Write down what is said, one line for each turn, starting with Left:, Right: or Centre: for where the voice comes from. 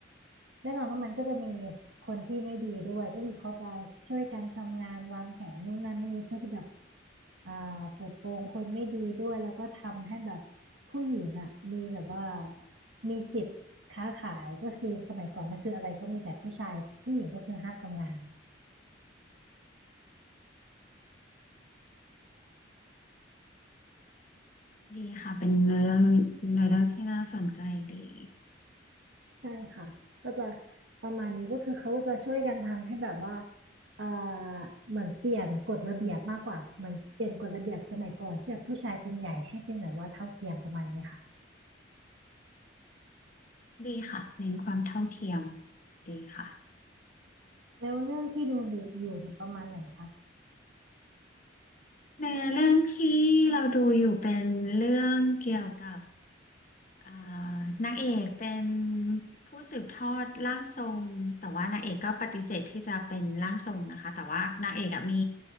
Right: แน่นอนว่ามันก็จะมีคนที่ไม่ดีด้วยก็คือเขาจะช่วยกันทำงานวางแผนนู่นนั่นนี่เพื่อที่แบบอ่าเปิดโปงคนไม่ดีด้วยแล้วก็ทำให้แบบผู้หญิงอ่ะมีแบบว่ามีสิทธิ์ค้าขายก็คือสมัยก่อนก็คืออะไรก็มีแต่ผู้ชายผู้หญิงก็คือห้ามทำงาน
Left: ดีค่ะเป็นเรื่องในเรื่องที่น่าสนใจดี
Right: ใช่ค่ะก็จะประมาณนี้ก็คือเขาก็จะช่วยกันทำให้แบบว่าเอ่อเหมือนเปลี่ยนกฎระเบียบมากกว่าเหมือนเปลี่ยนกฎระเบียบสมัยก่อนที่แบบผู้ชายเป็นใหญ่ให้เป็นแบบว่าเท่าเทียมประมาณนี้ค่ะ
Left: ดีค่ะเน้นความเท่าเทียมดีค่ะ
Right: แล้วเรื่องที่ดูอยู่อยู่เนี่ยประมาณไหนคะ
Left: ในเรื่องที่เราดูอยู่เป็นเรื่องเกี่ยวกับอ่านางเอกเป็นผู้สืบทอดร่างทรงแต่ว่านางเอกก็ปฏิเสธที่จะเป็นร่างทรงนะคะแต่ว่านางเอกอะมี